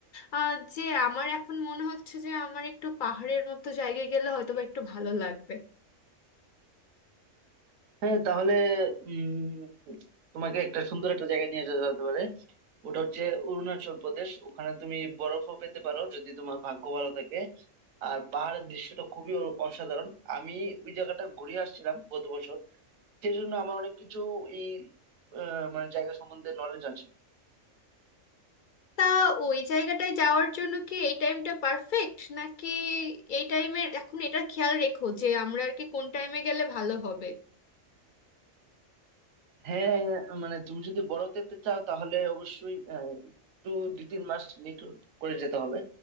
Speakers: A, on the left; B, on the right.
A: আহ যে আমার এখন মনে হচ্ছে যে আমার একটু পাহাড়ের মতো জায়গায় গেলে হয়তো বা একটু ভালো লাগবে
B: হ্যাঁ তাহলে উম তোমাকে একটা সুন্দর একটা জায়গা নিয়ে যেতে হতে পারে ওটা হচ্ছে অরুণাচল প্রদেশ ওখানে তুমি বরফও পেতে পারো যদি তোমার ভাগ্য ভালো থাকে আর পাহাড়ের দৃশ্যটা খুবই অ- অসাধারণ আমি ওই জায়গাটা ঘুরে আসছিলাম গত বছর সেই জন্য আমার অনেক কিছু এই আহ, মানে জায়গা সম্বন্ধে নলেজ আছে
A: তা ওই জায়গাটায় যাওয়ার জন্য কি এই টাইমটা পারফেক্ট নাকি এই টাইমের এখন এটা খেয়াল রেখো যে আমরা আর কি কোন টাইমে গেলে ভালো হবে
B: হ্যাঁ মানে তুমি যদি বরফ দেখতে চাও তাহলে অবশ্যই আহ, একটু দুই তিন মাস লেট করে যেতে হবে